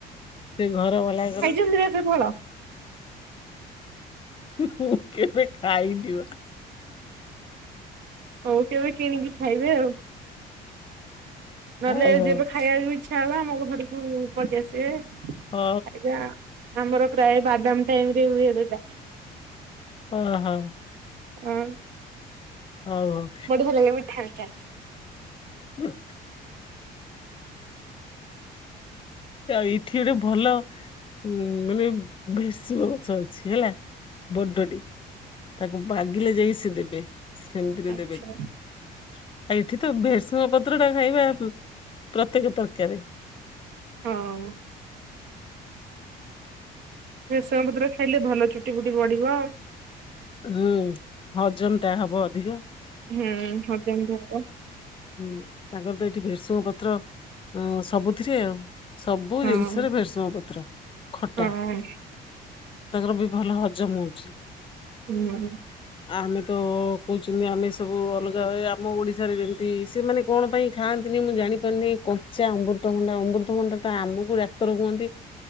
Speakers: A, on the left; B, on the right.
A: ସେ ଘର ବାଲାଙ୍କର
B: <unintelligible> ସେ ଫଳ।
A: ମୁଁ କେବେ ଖାଇ <unintelligible>
B: ହଉ କେବେ କିଣିକି ଖାଇବେ ଆଉ। ନହେଲେ
A: ହଉ
B: ଯେବେ ଖାଇବାକୁ ଇଚ୍ଛା ହବ, ଆମ ଘରକୁ ପଳି ଆସିବେ।
A: ହୋ
B: ଆଜ୍ଞା ଆମର ପ୍ରାୟ ବାଦାମ ଟାଇମ ରେ ହୁଏ ସେଟା।
A: ଓ ହୋ।
B: ଅଁ
A: ହଉ ହଉ।
B: ବଢ଼ିଆ ଲାଗେ ମିଠା ମିଠା।
A: ଉଁ ଆଉ ଏଇଥିରୁ ଭଲ ଉଁ ମାନେ ଭେଷୁଅ ଗଛ ଅଛି ହେଲା ବଡଟେ। ତାକୁ ମାଗିଲେ ଯାଇ ସେ ଦେବେ, ସେମିତିରେ
B: ଆଚ୍ଛା
A: ଦେବେନି ଆଉ ଏଇଠି ତ ଭେ ସୁଙ୍ଗ ପତ୍ର ଟା ଖାଇବା ପ୍ରତ୍ୟେକ ତରକାରରେ।
B: ହଁ। ଭେସୁଆଁ ପତ୍ର ଖାଇଲେ ଭଲ ଚୁଟି ଫୁଟି ପଡିବ ଆଉ।
A: ହୁଁ ହଜମ ଟା ହବ ଅଧିକା।
B: ହୁଁ ହଜମ କରିବ।
A: ହୁଁ ତାଙ୍କର ତ ଏଇଠି ଭେସୁଙ୍ଗ ପତ୍ର ଅଁ ସବୁଥିରେ ଆଉ। ସବୁ
B: ହଁ
A: ଜିନିଷରେ ଭେଷୁଆଁ ପତ୍ର ଖଟା।
B: ହଁ
A: ତାଙ୍କର ବି ଭଲ ହଜମ ହଉଛି।
B: ହୁଁ।
A: ଆମେ ତ କହୁଛନ୍ତି ଆମେ ସବୁ ଅଲଗା ବାଏ ଆମ ଓଡିଶାରେ ଯେମିତି ସେ ମାନେ କଣ ପାଇଁ ଖାଆନ୍ତିନି ମୁଁ ଜାଣିପାରୁନି କଞ୍ଚା ଅମୃତଭଣ୍ଡା ଅମୃତଭଣ୍ଡାଟା ଆମକୁ ଡାକ୍ତର କୁହନ୍ତି